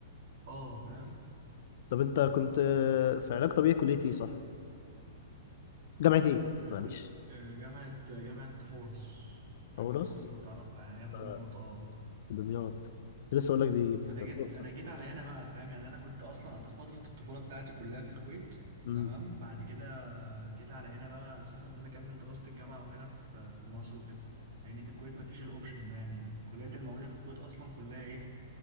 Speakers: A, on the right; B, on the left.
A: اه فاهم
B: طب انت كنت في علاج طبيعي كليه ايه صح؟ جامعه ايه؟ معلش
A: كل آه، جامعه جامعه حورس جامعه
B: حورس
A: حورس لو تعرفها يعني هي في دمياط
B: آه،
A: اه
B: دمياط كنت لسه اقول لك دي في
A: انا جيت
B: الاقصر
A: انا جيت على هنا بقى فاهم يعني انا كنت اصلا قضيت فتره الطفوله بتاعتي كلها في الكويت
B: امم
A: تمام بعد كده جيت على هنا بقى على اساس ان انا اكمل دراسه الجامعه وهنا في في مصر وكده يعني في الكويت ما فيش الاوبشن ده يعني الكليات الموجوده في الكويت اصلا كلها ايه